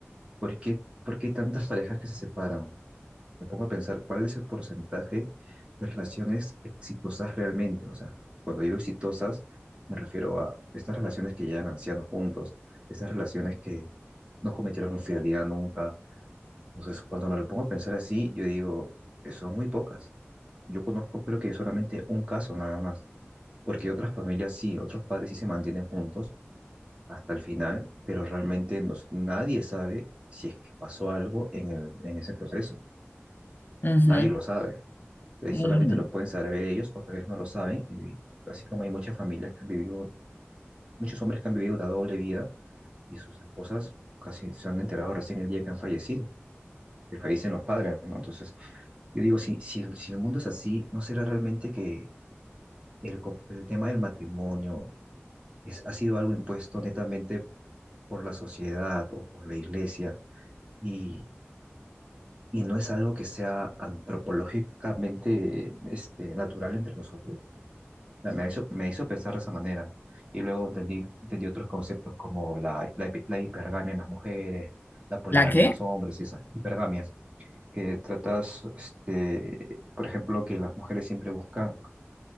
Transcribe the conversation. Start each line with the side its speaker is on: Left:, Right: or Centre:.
Right: ¿por qué, por qué hay tantas parejas que se separan? me pongo a pensar cuál es el porcentaje de relaciones exitosas realmente. O sea, cuando digo exitosas, me refiero a estas relaciones que llegan ancianos juntos, estas relaciones que no cometieron infidelidad nunca. Entonces, cuando me lo pongo a pensar así, yo digo, eh, son muy pocas. Yo conozco, creo que solamente un caso nada más, porque otras familias sí, otros padres sí se mantienen juntos hasta el final, pero realmente nos- nadie sabe si es que pasó algo en el, en ese proceso.
Left: Ujú,
Right: Nadie lo sabe. Eh,
Left: ujú.
Right: solamente lo pueden saber ellos, o tal vez no lo saben. Y así como hay muchas familias que han vivido, muchos hombres que han vivido una doble vida y sus esposas casi se han enterado recién el día que han fallecido, que fallecen los padres, ¿no? Entonces, yo digo, si, si, el- si el mundo es así, ¿no será realmente que el, co- el tema del matrimonio es, ha sido algo impuesto netamente por la sociedad o por la iglesia y, y no es algo que sea antropológicamente este, natural entre nosotros? sea, me hizo, me hizo pensar de esa manera. Y luego entendí, entendí otros conceptos como la, la, hi- la hipergamia en las mujeres, la poligamia
Left: ¿La qué?
Right: en los hombres y esas hipergamias, que tratas, este, por ejemplo, que las mujeres siempre buscan